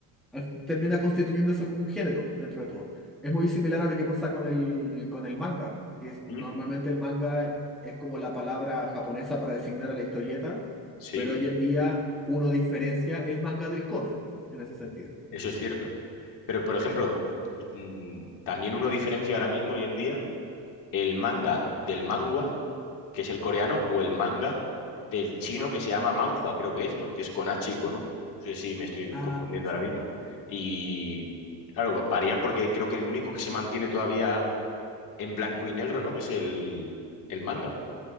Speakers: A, in the centre; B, on the left.
A: al- termina constituyéndose como un género dentro de todo. Es muy similar a lo que pasa con el, con el manga, que es- normalmente
B: ¿Mm?
A: el manga es como la palabra japonesa para designar a la historieta,
B: Sí.
A: pero hoy en día uno diferencia el manga del cómic en ese sentido.
B: Eso es cierto. Pero, por ejemplo, mm, también uno diferencia ahora mismo, hoy en día, el manga del mangua, que es el coreano, o el manga del chino
A: Ah,
B: que
A: claro.
B: se llama manhua, creo que es, ¿no? Que es con H y con U. No sé si me estoy
A: Ah,
B: confundiendo
A: pues
B: ahora mismo. Y, claro, va- varían porque creo que el único que se mantiene todavía en blanco y negro, ¿no? Es el, el manga.